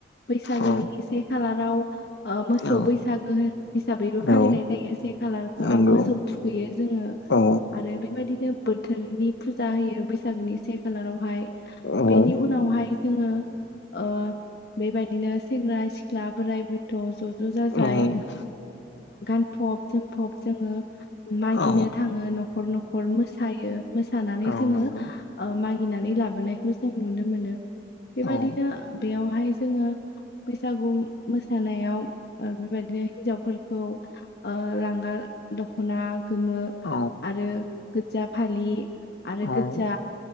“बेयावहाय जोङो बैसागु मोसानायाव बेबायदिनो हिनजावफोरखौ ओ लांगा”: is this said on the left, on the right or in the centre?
Left